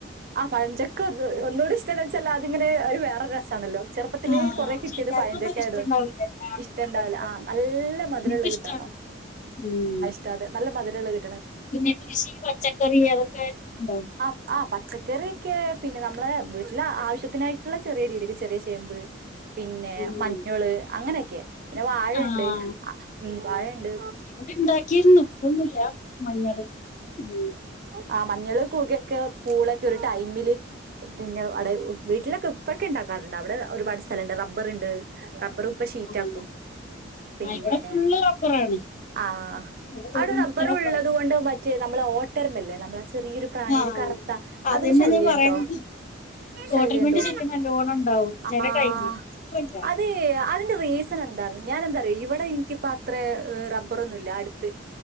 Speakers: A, on the right (about 50°); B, on the left (about 40°).
A: ആഹ് പഴഞ്ചക്ക ഒന്ന് ഒന്നുകൂടെ ഇഷ്ട്ടെണ് വെച്ചാല് അതിങ്ങനെ ഒരു വേറെരു രസാണല്ലോ ചെറുപ്പത്തില്
B: ആഹ്
A: കൊറെ
B: പക്ഷെ
A: കിട്ടിയത്
B: എല്ലാർക്കും
A: പയഞ്ചൊക്ക
B: ഒന്നും ഇഷ്ടണ്ടാവില്ല
A: ആയതോണ്ട്
B: ഇങ്ങനെ ആളിഞ്ഞു
A: ഇഷ്ട്ടണ്ടാവൂല
B: കൊണ്ടോയതൊന്നും
A: ആഹ് ന്നല്ലെ മധുരള്ളത്
B: എനിക്കിഷ്ടാണ്
A: കിട്ടണം.
B: ഉം
A: റ്റാതെ ന്നല്ലെ മധുരള്ളെ കി
B: പിന്നെ കൃഷി, പച്ചക്കറി അതൊക്കെ ഇണ്ടോ?
A: ആഹ് പച്ചക്കറിയൊക്കെ പിന്നെ നമ്മളെ വീട്ടില് ആവശ്യത്തിനായിട്ട്ള്ള ചെറിയ രീതില് ചെറിയ ചേമ്പ് പിന്നെ
B: ഉം
A: മഞ്ഞള്, അങ്ങനെക്കെ പിന്നെ വാഴണ്ട്
B: ആഹ്
A: ഉം വാഴണ്ട്
B: ഇവിടെ ഇണ്ടാക്കിരുന്നു ഇപ്പൊന്നുല്ല മഞ്ഞള് ഉം
A: ആഹ് മഞ്ഞള്, കൂകയൊക്കെ, പൂളക്കെ ഒരു ടൈമില് പിന്നെ അടെ വീട്ടിലൊക്കെ പ്പക്കെ ഇണ്ടാക്കാറുണ്ട് അവിടെ ഒരുപാട് സ്ഥലണ്ട് റബ്ബർണ്ട് റബ്ബർ ഇപ്പ ഷീറ്റാക്കും
B: ഉം
A: പിന്നെ
B: ആഹ് ഇവിടെ ഫുള്ള് റബ്ബറാണ്
A: ആഹ്
B: ഇവിടെ തൊടു
A: അവിടെ
B: മൊത്തം
A: റബ്ബറുള്ളതും
B: റബ്ബറാ
A: കൊണ്ടും മറ്റേ നമ്മളെ ഓട്ടര്മല്ലേ നമ്മളെ ചെറിയൊരു പ്രാണി
B: ആഹ്
A: ഒരു കറുത്ത
B: അതന്നെ
A: അതിന്റെ ശല്ല്യണ്ടോ?
B: ഞാൻ പറയുന്നത് കോട്ടൽമന്റെ
A: ശല്ല്യണ്ടോ?
B: ശല്യം നല്ലോണം ഇണ്ടാവും ചെല
A: ആഹ്
B: ടൈമില് ഇപ്പല്ല
A: അത് അതി ന്റെ റീസണ് എന്താ ഞാന് എന്താറിയൊ ഇവടെ എനിക്കിപ്പ അത്രേ ഏഹ് റബ്ബറൊന്നും ഇല്ല അട്ത്ത്